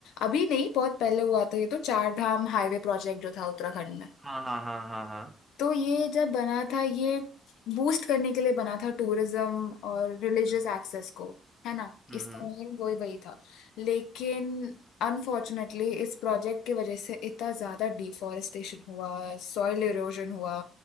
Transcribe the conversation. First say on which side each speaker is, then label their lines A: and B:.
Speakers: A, on the left; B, in the centre.
A: अभी नहीं बहुत पहले हुआ था ये तो चार धाम हाईवे प्रोजेक्ट जो था उत्तराखंड में
B: हाँ हाँ हाँ हाँ हाँ
A: तो ये जब बना था ये बूस्ट करने के लिए बना था टूरिज्म और रिलीजियस
B: हम्म
A: एक्सेस को है ना
B: हम्म
A: इसका मेन वही वही था लेकिन अनफॉर्चुनेटली इस प्रोजेक्ट की वजह से इतना ज़्यादा डिफॉरेस्टेशन हुआ सॉइल इरोजन हुआ